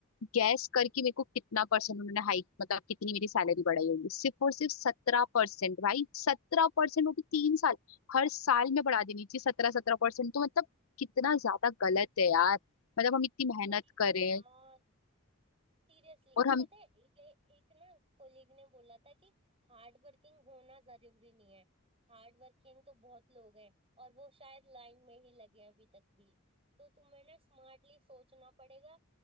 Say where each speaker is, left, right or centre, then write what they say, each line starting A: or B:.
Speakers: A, on the left; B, on the right.
A: गैस करके मेरे को कितना परसेंट उन्होंने हाइक मतलब कितनी मेरी सैलरी बढ़ाई होगी सिर्फ और सिर्फ सत्रह परसेंट भाई सत्रह परसेंट वो भी तीन साल हर साल में बढ़ा देनी चाहिए सत्रह सत्रह परसेंट तो मतलब कितना ज्यादा गलत है यार मतलब हम इतनी मेहनत
B: सही
A: करें
B: है यार सीरियसली
A: और हम
B: पता है ये एक ना कोलीग ने बोला था कि हार्ड वर्किंग होना जरूरी नहीं है हार्ड वर्किंग तो बहुत लोग हैं और वो शायद लाइन में ही लगे हैं अभी तक भी तो तुम्हें ना स्मार्टली सोचना पड़ेगा